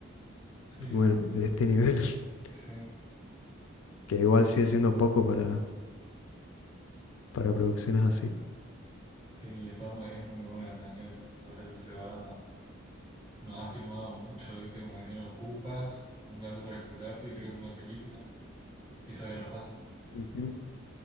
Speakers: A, on the right; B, on the left.
A: Sí,
B: bueno, de este nivel, <laughs>
A: sí,
B: que igual sigue siendo poco para, para producciones así.
A: sí, está muy- es muy bueno el Castañero, ahora ya se va. No ha filmado mucho, viste, como que tiene Ocupas, Un gato para Esculapio y creo que una película, Pisa y Rafazo.
B: Ujú.